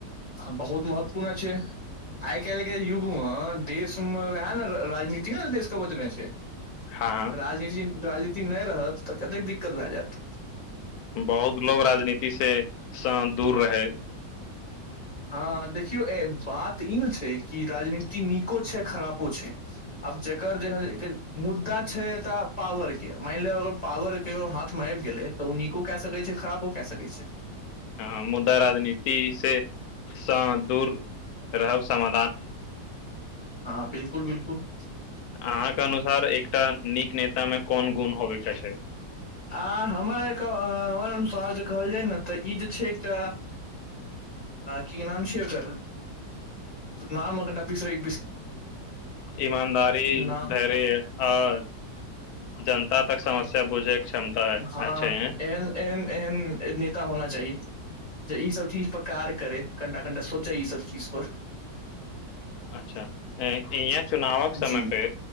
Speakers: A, on the left; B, on the left.
A: बहुत महत्वपूर्ण अछि आइ काल्हि के युग मऽ देश मे वएह ने राजनीतिये न देशके बचने छै
B: हँ हँ
A: राजनीति राजनी नहि रहत तऽ कतेक दिक्कत भए जायत
B: बहुत लोक राजनीतिसँ सँ दूर रहय
A: हँ देखियौ एय बात ई ने छै कि राजनीति नीको छै खरापो छै आब जकर जे मुद्दा छै एतय पावरके मानि लिय अगर पावर केकरो हाथमे आबि गेलै तऽ ओ नीको कए सकैत छै खरापो कए सकैत छै
B: हँ मुदा राजनीति से सँ दूर रहब समा
A: हँ बिल्कुल <unintelligible>
B: अहाँके अनुसार एकटा नीक नेता मे कोन गुण होयबे चाहै छै
A: आ हमर एकर हमर अनुसार जे कहल जाय न ते ई जे छै एकटा कि नाम छियै एकर नाम कनीटा बिसरे
B: ईमानदारी
A: नाम
B: धैर्य और जनता तक समस्या बुझै के क्षमता
A: हँ
B: अछि हैं
A: एहन एहन एहन नेता होना चाही जे ईसभ चीजपर कार करै कनिटा कनिटा सोचै ईसभ चीजपर
B: अच्छा इहें चुनावक समयपे
A: जी